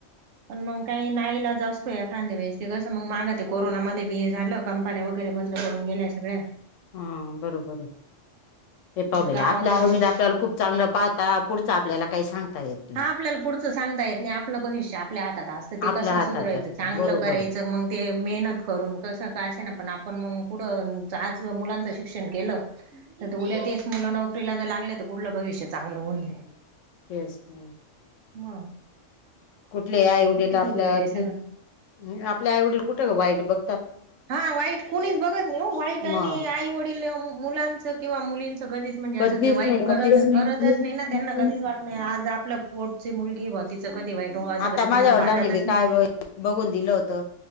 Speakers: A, on the right; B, on the left.
A: पण मग काही नाहीईलाच असतोय एखांदे वेळे ते कसं मग माग ते कोरोनामध्ये हे झालं. कंपन्या वगैरे बंद पडून गेल्याय सगळ्या.
B: हा बरोबर हे पब
A: गावाकडं
B: आपल्या आवडीला
A: मग
B: आपल्याला खूप चांगलं पाहता पुढच आपल्याला काही सांगता येत. नाही.
A: हा आपल्याला पुढचं सांगता येत नाही. आपलं भविष्य आपल्या हातात असतं ते
B: आपल्या
A: कसं
B: हातात
A: सुधरायचं
B: असतं
A: चांगलं
B: बरोबर
A: करायचं
B: आहे.
A: मग ते मेहनत करून कसं का असेना पण आपण मग पुढं आज मुलांचं शिक्षण केलं तर ते उद्या तेच मुलं नोकरी ला जर लागले तर पुढलं भविष्य चांगलं होऊन जाइल
B: तेच ना
A: म
B: कुठले आईवडील आपलं,
A: वगैरे सगळं
B: आपल्या आईवडील कुठं ग वाईट बघ
A: हा, वाईट कोणीच बघत नाही ओ, वाईट आणि
B: मग
A: आई वडील मुलांच किंवा मुलींच कधीच- म्हणजे
B: कधीच
A: अस ते वाईट
B: नाही
A: करत
B: कधीच नाही.
A: करतच नायी ना, त्यांना कधीच वाट नायी आज आपलं पोटची मुलगीय बाॅ तिंच कधी वाईट? हो असं
B: आता
A: कधी
B: माझ्या
A: कुणाला
B: वडिलांनी
A: वाटतच
B: बी
A: नाही
B: काय बघी काय बघून दिल होतं त,